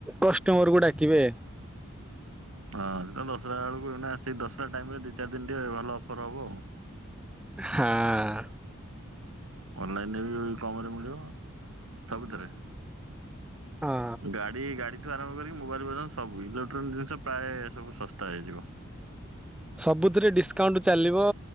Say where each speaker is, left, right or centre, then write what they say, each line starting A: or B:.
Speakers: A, in the centre; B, on the right.
A: କଷ୍ଟମର୍ କୁ ଡାକ୍। କିବେ?
B: ହଁ। ତମ ଦଶହରା ବେଳକୁ ନା ସେ ଦଶହରା ଟାଇମ ରେ ଦି ଚାରି ଦିନ ଟିକେ ଭଲ ଅଫର୍ ହେବ ଆଉ।
A: ହଁ।
B: ଅନଲାଇନ ରେ <unintelligible> କମ୍ ରେ ମିଳିବ ସବୁଥିରେ।
A: ହଁ।
B: ଗାଡି ଗାଡି ଠୁ ଆରମ୍ଭ କରିକି ମୋବାଇଲ ପର୍ଯ୍ୟନ୍ତ ସବୁ ଇଲୋକ୍ଟ୍ରୋନିକ୍ ଜିନିଷ ପ୍ରାୟ ସବୁ ଶସ୍ତା ହେଇଯିବ।
A: ସବୁଥିରେ ଡିସକାଉଣ୍ଟ ଚାଲିବ।